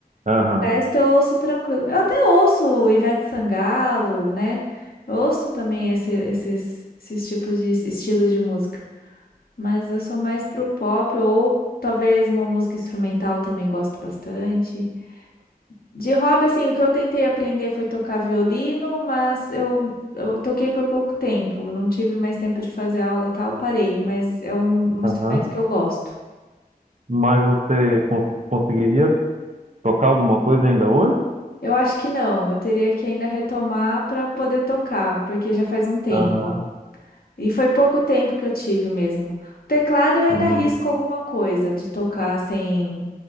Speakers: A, on the right (about 50°); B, on the left (about 70°).
A: aham,
B: o resto eu ouço tranquilo. Eu até ouço Ivete Sangalo, né? Eu ouço também esse- esses, esses tipos de estilos de música. Mas eu sou mais pro pop ou talvez uma música instrumental também gosto bastante. De hobby, assim, o que eu tentei aprender foi tocar violino, mas eu, eu toquei por pouco tempo. Não tive mais tempo de fazer aula, tal, parei. Mas é um, um
A: aham.
B: instrumento que eu gosto.
A: Mas você cons- conseguiria tocar alguma coisa ainda hoje?
B: Eu acho que não, eu teria que ainda retomar para poder tocar, porque já faz um tempo.
A: Aham,
B: E foi pouco tempo que eu tive mesmo. O teclado eu ainda
A: uhum,
B: risco alguma coisa de tocar sem,